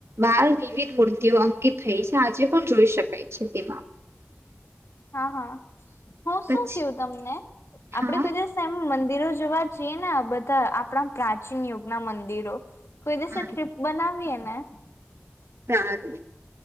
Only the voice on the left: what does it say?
હા હા હું
શું કવું તમને આપડે
ક જઈશે એમ મંદિરો જોવા જઈએ ને બધા આપણા પ્રાચીન યુગ ના મંદિરો કોઈ
દિવસે ટ્રિપ બનાવીએ ને. <inaudible>